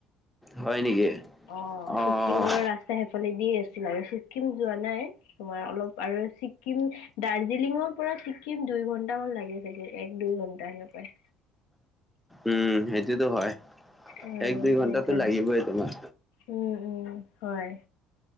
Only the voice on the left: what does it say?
অ
ছিকিমৰ ৰাস্ত সেফালে দি আছিল আৰু ছিক্কিম যোৱা নাই তোমাৰ অলপ আৰু ছিক্িম দাৰ্জিলিঙৰ পৰা ছিক্কিম দুই ঘন্টামান লাগি চাগে এক দুই ঘন্টা সেনেকুৱাই
অ',
সেইকাৰণে
উম উম হয়